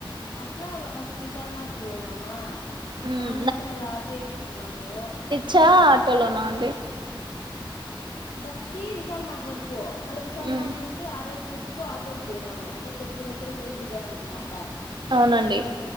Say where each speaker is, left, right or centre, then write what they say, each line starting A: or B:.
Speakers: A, on the left; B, on the right.
A: అట్లా ఫస్ట్ విశల్ మటుకు పోయినామా
B: మ్మ్
A: ఆనుంచి మళ్ళా ఆటో ఎక్కినాము
B: చ ఆటోలోనా అండి
A: బస్కి విశాల్ మాట్ వర్కుపో మల్ల విశల్
B: మ్మ్
A: మాట్ ఆర్ ఆర్ స్్రీట్ కు ఆటోకు పోయినాము అంటే చర్చ దగ్గర పోయి దిగామన్ మాట
B: అవునండి